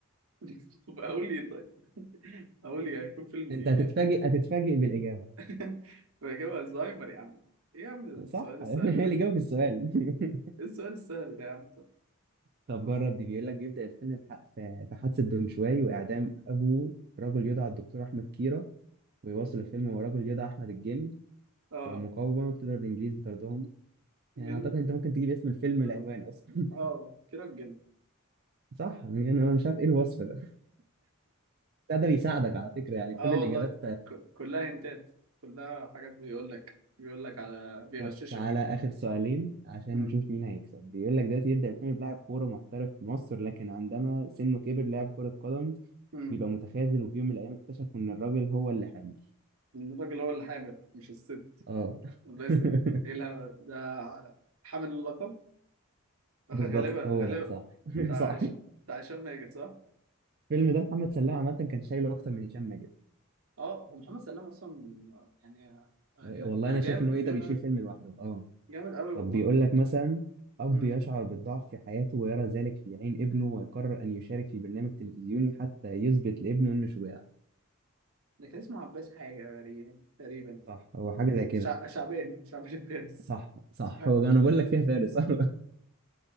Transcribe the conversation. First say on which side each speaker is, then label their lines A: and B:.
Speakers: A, on the right (about 80°); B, on the right (about 45°).
A: <laughs> طب اقول لي إيه طيب اقول لي هيكون فيلم ايه
B: أنت هتتفاجئ
A: يعني
B: هتتفاجئ بالإجابة
A: <laughs> فاجابه الزهايمر يا عم ايه يا عم
B: صح
A: السؤال السهل
B: <laughs> هي
A: ده
B: الإجابة في السؤال <laughs>
A: ايه السؤال السهل ده يا عم طارق؟
B: طب جرب دي بيقول لك بيبدأ الفيلم في ح- في- في حادثة دونشواي وإعدام أبو رجل يدعى الدكتور أحمد كيرة ويواصل الفيلم هو رجل يدعى أحمد الجن
A: اه
B: والمقاومة بتضرب الإنجليز بطردهم
A: من
B: يعني اعتقد انت ممكن تجيب اسم الفيلم
A: اه
B: العنوان اصلا
A: آه، كيرة الجن
B: <laughs> صح يعني انا مش عارف ايه الوصف ده بتاع ده بيساعدك على فكرة يعني
A: اه
B: كل الاجابات
A: والله ك- كلها هنتات كلها حاجات بيقول لك بيقول لك على بيغششك
B: طب تعالى آخر سؤالين عشان
A: امم
B: نشوف مين هيكسب بيقول لك دلوقتي يبدأ الفيلم بلاعب كورة محترف في مصر لكن عندما سنه كبر لاعب كرة قدم
A: امم
B: بيبقى متخاذل وفي يوم من الأيام اكتشفوا إن الراجل هو اللي حامل
A: الراجل هو اللي حامل مش الست
B: اه
A: ده
B: <laughs>
A: يس- ايه الهبل ده حامل اللقب <laughs> غالبا
B: بالظبط هو
A: غالبا
B: ده صح <laughs>
A: بتاع
B: صح
A: هش- بتاع هشام ماجد صح؟
B: الفيلم ده محمد سلام عامة كان شايله أكتر من هشام ماجد
A: اه هو محمد سلام اصلا يعني <clears throat> آه،
B: والله أنا
A: جامد
B: شايف إنه يقدر
A: جامد
B: يشيل
A: قوي
B: فيلم لوحده اه
A: جامد قوي والله
B: طب بيقول لك مثلا أب
A: امم
B: يشعر بالضعف في حياته ويرى ذلك في عين ابنه ويقرر أن يشارك في برنامج تلفزيوني حتى يثبت لابنه إنه شجاع
A: ده كان اسمه عباس حاجه تقريبا تقريبا
B: صح هو حاجة زي كده
A: شع... شعبان شعبان فارس
B: صح صح
A: <laughs>
B: هو أنا بقول لك فيها فارس <laughs> صح